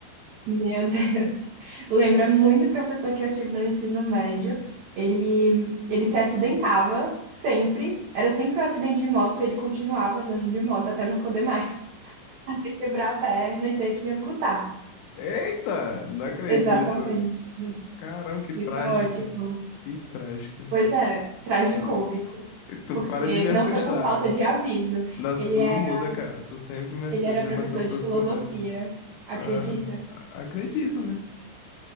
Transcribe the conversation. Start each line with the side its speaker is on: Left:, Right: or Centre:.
Right: Meu Deus. <laughs> Lembra muito o professor que eu tive no ensino médio. Ele, ele se acidentava sempre. Era sempre um acidente de moto e ele continuava andando de moto até não poder mais. <laughs> Até quebrar a perna e ter que amputar.
Left: Eita, não acredito.
Right: Exatamente.
Left: Caramba, que
Right: Fica
Left: trágico.
Right: ótimo.
Left: Que trágico.
Right: Pois é, tragicômico.
Left: Tu, tu
Right: Porque
Left: para de me
Right: não
Left: assustar.
Right: foi por falta de aviso.
Left: Nossa,
Right: Ele
Left: tu
Right: era,
Left: não muda, cara. Tu sempre me assusta
Right: ele era professor
Left: com essas
Right: de
Left: tuas
Right: filosofia.
Left: conversas.
Right: Acredita?
Left: Ah, acredito, né?